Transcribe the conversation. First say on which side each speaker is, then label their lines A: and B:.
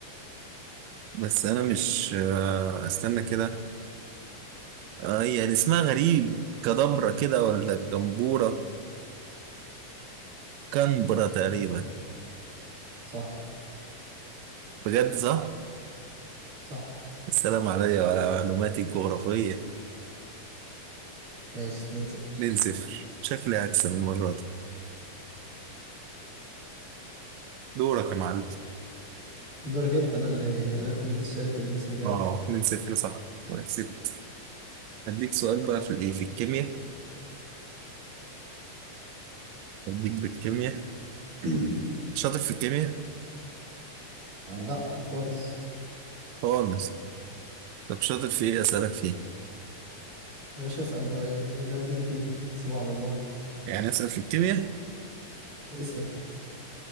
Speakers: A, on the right (about 80°); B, on the right (about 65°).
A: بس أنا مش آه، استنى كده آه، يعني اسمها غريب كدبرة كده ولا جمبورة كنبرة تقريبا
B: صح
A: بجد صح؟
B: صح
A: السلام عليا وعلى معلوماتي الجغرافية
B: ماشي 2 0
A: 2-0 شكلي هكسب المرة دي دورك يا معلم
B: دورك انت انا اللي انا اللي كنت بدي السؤال انت اللي لسه مجاوب
A: اه 2-0 صح كسبت هديك سؤال بقى في الايه في الكيمياء هديك بالكيمياء
B: <clears throat>
A: شاطر في الكيمياء
B: آه لا خالص
A: خالص طب شاطر في ايه اسالك فيه
B: يا باشا اسأل و- زي ما تيجي تيجي سيبها على الله
A: يعني اسال في الكيمياء
B: اسأل